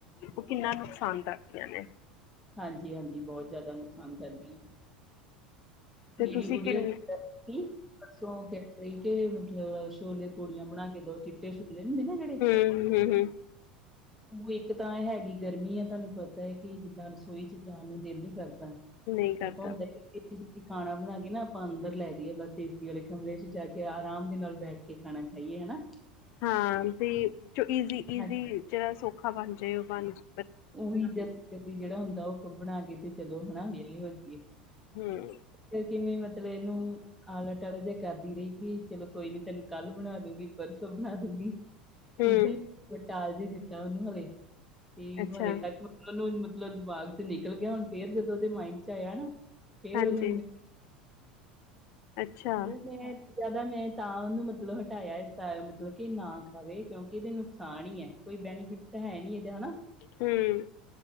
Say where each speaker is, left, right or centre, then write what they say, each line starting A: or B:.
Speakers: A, on the left; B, in the centre.
A: ਉਹ ਕਿੰਨਾ ਨੁਕਸਾਨ ਕਰਦੀਆਂ ਨੇ
B: ਹਾਂਜੀ ਹਾਂਜੀ, ਬਹੁਤ ਜ਼ਿਆਦਾ ਨੁਕਸਾਨ ਕਰਦੇ,
A: ਤੇ
B: ਮੇਰੀ
A: ਤੁਸੀਂ
B: ਗੂੜੀ
A: ਕਿੰਨ
B: ਕੀ ਪਰਸੋਂ ਕਹਿ ਰਹੀ ਕਿ ਮਤਲਬ ਛੋਲੇ ਪੂੜੀਆਂ ਬਣਾ ਕੇ ਦੋ ਚਿੱਟੇ ਛੋਲੇ ਹੁੰਦੇ ਨਾ ਜਿਹੜੇ
A: ਹੂੰ ਹੂੰ ਹੂੰ
B: ਉਹ ਇੱਕ ਤਾਂ ਹੈਗੀ ਗਰਮੀ ਏ ਤੁਹਾਨੂੰ ਪਤਾ ਏ ਕਿ ਜਿੱਦਾਂ ਰਸੋਈ ਚ ਜਾਣ ਨੂੰ ਦਿਲ ਨੀ ਕਰਦਾ
A: ਨਹੀਂ ਕਰਦਾ।
B: ਆਪਾਂ ਹੁੰਦਾ ਖਾਣਾ ਬਣਾ ਕੇ ਨਾ ਆਪਾਂ ਅੰਦਰ ਲੈ ਜਾਈਏ ਬਸ ਏਸੀ ਵਾਲੇ ਕਮਰੇ ਚ ਜਾ ਕੇ ਆਰਾਮ ਦੇ ਨਾਲ ਬੈਠ ਕੇ ਖਾਣਾ ਖਾਈਏ ਹਨਾ
A: ਹਾਂ ਤੇ ਜੋ ਈਜ਼ੀ ਈਜ਼ੀ
B: ਹਾਂਜੀ
A: ਜਿਹੜਾ ਸੌਖਾ ਬਣ ਜਾਏ ਉਹ ਬਣ ਜਾ
B: ਉਹੀ ਜਲਦੀ ਜਲਦੀ ਜਿਹੜਾ ਹੁੰਦਾ ਉਹ ਬਣਾ ਕੇ ਤੇ ਚਲੋ ਹੈਾ ਵਿਹਲੀ ਹੋ ਜਾਗੀ
A: ਹੂੰ
B: ਕਰ ਕਿਵੇਂ ਮਤਲਬ ਇਹਨੂੰ ਆਲਾ ਟਾਲੇ ਜਿਹਾ ਕਰਦੀ ਰਹੀਗੀ ਚਲੋ ਕੋਈ ਨੀ ਤੈਨੂੰ ਕੱਲ ਬਣਾ ਦੂੰਗੀ ਪਰਸੋਂ ਬਣਾ ਦੂੰਗੀ
A: ਹੂੰ।
B: ਏਦਾਂ ਹੀ ਟਾਲ ਜੇ ਦਿੱਤਾ ਉਹਨੂੰ ਹਲੇ ਤੇ
A: ਅੱਛਾ
B: ਹਲੇ ਤੱਕ ਉਹਨੂੰ ਮਤਲਬ ਦਿਮਾਗ ਚ ਨਿਕਲ ਗਿਆ ਹੁਣ ਫੇਰ ਜਦੋਂ ਉਹਦੇ ਮਾਇੰਡ ਚ ਆਇਆ ਨਾ ਫ਼ੇਰ
A: ਹਾਂਜੀ
B: ਉਹਨੇ ਮੈਨੂੰ
A: ਅੱਛਾ।
B: ਉਹ ਮੈਂ ਜ਼ਿਆਦਾ ਮੈਂ ਤਾਂ ਉਹਨੂੰ ਮਤਲਬ ਹਟਾਇਆ ਇਸ ਤ ਮਤਲਬ ਕਿ ਨਾ ਖਾਵੇ ਕਿਉਂਕਿ ਇਹਦੇ ਨੁਕਸਾਨ ਈ ਐ ਕੋਈ ਬੈਨੀਫਿਟ ਤਾਂ ਹੈ ਨੀ ਇਹਦਾ ਹਨਾ
A: ਹੂੰ